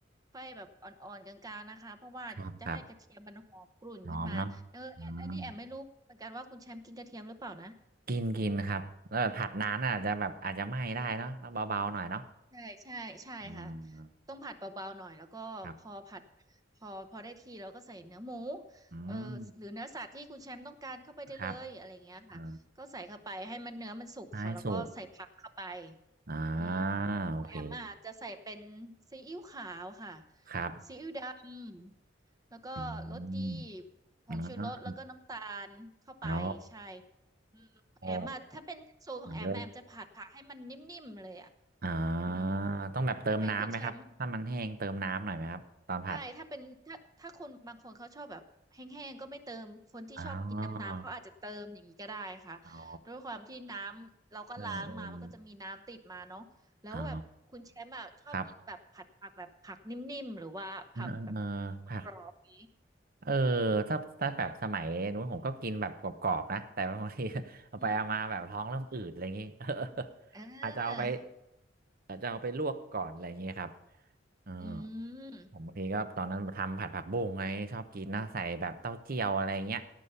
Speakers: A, on the right (about 20°); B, on the right (about 50°).
A: ไฟแบบอ่อนๆกลางๆนะคะเพราะว่าจะให้กระเทียมมันหอมกรุ่นขึ้นมาเอออันอันนี้แอมไม่รู้เหมือนกันว่าคุณแชมป์กินกระเทียมหรือเปล่านะ
B: ครับครับหอมเนาะอืม กินกินครับแล้วแบบผัดนานอาจจะแบบอาจจะไหม้ได้เนาะต้องเบาๆหน่อยเนาะ
A: ใช่ใช่ใช่ค่ะ
B: อ่า
A: ต้องผัดเบาๆหน่อยแล้วก็พอผัด
B: ครับ
A: พอพอได้ที่แล้วก็ใส่เนื้อหมู
B: อืม
A: เออหรือเนื้อสัตว์ที่คุณแชมป์ต้องการเข้าไปได้เลยอะไรเงี้ยค่ะก็ใส่เข้าไปให้มันเนื้อมันสุกค่ะแล้วก็ใส่ผักเข้าไป
B: ครับอ๋อท้ายสุกอ่า
A: อืม
B: โอเค
A: ของแอมอ่ะจะใส่เป็นซีอิ๊วขาวค่ะ
B: ครับ
A: ซีอิ๊วดำแล้วก็รสดี
B: อืม
A: ผงชูรสแล้วก็น้ำตาลเข้าไปใช่
B: อ่าอ๋อ
A: อืม แอมอ่ะถ้าเป็นสูตรของแอมอะแอมจะผัดผักให้มันนิ่มๆเลยอ่ะ
B: โอ้เลยอ่า
A: อืม
B: ต้องแบบเติมน้ำไหมครับถ้ามันแห้งเติมน้ำหน่อยไหมครับตอนผัด
A: ถ้าเป็นคุณแชมป์ ใช่ถ้าเป็นถ้าถ้าคนบางคนเขาชอบแบบแห้งๆก็ไม่เติม คนที่ชอบกินน้ำๆ
B: อ๋อ
A: เขาอาจจะเติมอย่างนี้ก็ได้ค่ะ
B: อ๋อ
A: ด้วยความที่น้ำเราก็ล้างมามันก็จะมีน้ำติดมาเนาะแล้วแบบคุณแชมป์อะชอบกินแบบผัดผักแบบผักนิ่มๆหรือว่าผักแบบ
B: เออเอออ๋อครับเออเออเออผัก
A: กรอบๆนี้
B: เออถ้าถ้าแบบสมัยนู้นผมก็กินแบบกรอบๆนะแต่บางที <laughs> เอาไปเอามาแบบท้องเริ่มอืดอะไรอย่างงี้
A: อืม
B: <laughs> เออ
A: เออ
B: อาจจะเอาไปอาจจะเอาไปลวกก่อนอะไรอย่างงี้ครับเออ
A: อืม
B: ผมบางทีก็ตอนนั้นทำผัดผักบุ้งไงชอบกินนะใส่แบบเต้าเจี้ยวอะไรเงี้ย